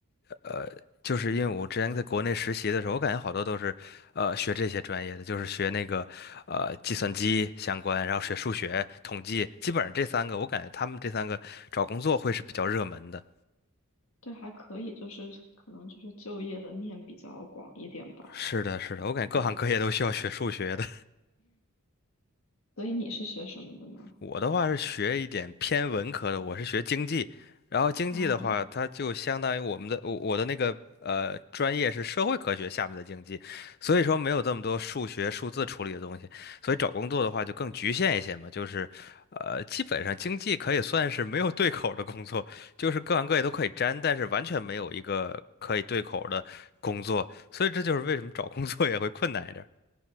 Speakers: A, on the left; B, on the left.
A: 呃，就是因为我之前在国内实习的时候，我感觉好多都是，呃，学这些专业的，就是学那个，呃，计算机相关，然后学数学、统计，基本上这三个，我感觉他们这三个找工作会是比较热门的。
B: 对，还可以，就是可能就是就业的面比较广一点吧。
A: 是的，是的，我感觉各行各业都需要学数学的。
B: 嗯。所以你是学什么的呢？
A: 我的话是学一点偏文科的，我是学经济，然后经济的话，
B: 啊，
A: 它就相当于我们的我我的那个呃专业是社会科学下面的经济，所以说没有这么多数学数字处理的东西，所以找工作的话就更局限一些嘛，就是呃基本上经济可以算是没有对口儿的工作，就是各行各业都可以沾，但是完全没有一个可以对口儿的工作，所以这就是为什么找工作也会困难一点儿。